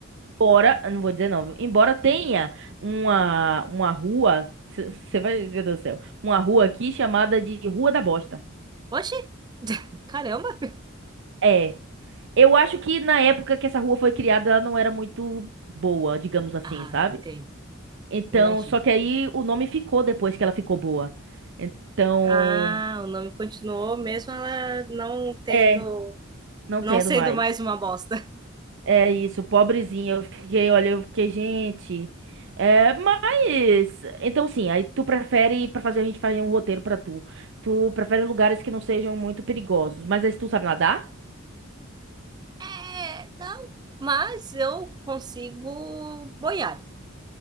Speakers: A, on the right (about 65°); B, on the right (about 20°).
A: embora, eu não vou dizer não, viu? embora tenha uma, uma rua, você vai ver do céu, uma rua aqui chamada de Rua da Bosta.
B: Oxi! <laughs> Caramba!
A: É. Eu acho que na época que essa rua foi criada, ela não era muito boa, digamos assim,
B: Ah,
A: sabe?
B: entendo.
A: Então,
B: Imagino.
A: só que aí o nome ficou depois que ela ficou boa. Então,
B: Ah, o nome continuou mesmo ela não tendo,
A: é, não
B: não
A: tendo
B: sendo
A: mais.
B: mais uma bosta.
A: É isso, pobrezinha. Eu fiquei, olha, eu fiquei, gente. É, mas. Então, sim, aí tu prefere, pra fazer a gente fazer um roteiro pra tu. Tu prefere lugares que não sejam muito perigosos. Mas aí tu sabe nadar?
B: É, não, mas eu consigo boiar.